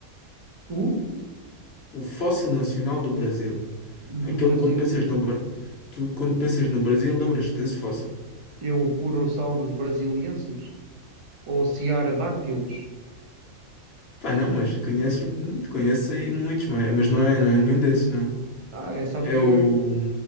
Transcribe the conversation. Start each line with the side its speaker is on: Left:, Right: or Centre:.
Right: O
Left: O fóssil nacional do Brasil.
Right: do
Left: Aquele
Right: Brasil
Left: que quando pensas no, Bra- tu, quando pensas no Brasil, lembras-te desse fóssil.
Right: é o Purossauros brasiliensis? Ou Cearodactylus?
Left: Pá, não, mas conheces, conheces aí muitos, mas mas não é, não é nenhum desses, não.
Right: Ah, é, sabes
Left: É
Right: que
Left: o...
Right: é.